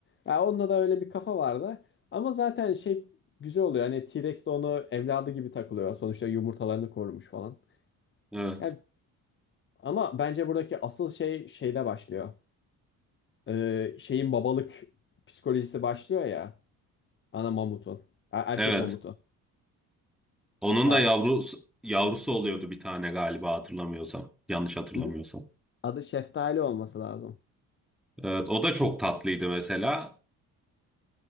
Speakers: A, on the left (about 30°); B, in the centre.
A: Ya onda da öyle bir kafa vardı ama zaten şey güzel oluyor hani T-Rex de onu evladı gibi takılıyor sonuçta yumurtalarını korumuş falan.
B: Evet.
A: Yani, ama bence buradaki asıl şey şeyde başlıyor. Ee, şeyin babalık psikolojisi başlıyor ya ana mamutun A- erkek
B: Evet.
A: mamutun.
B: Onun
A: Ya,
B: da yavrusu yavrusu oluyordu bir tane galiba hatırlamıyorsam. Yanlış hatırlamıyorsam.
A: hı hı. adı Şeftali olması lazım.
B: Evet, o da çok tatlıydı mesela.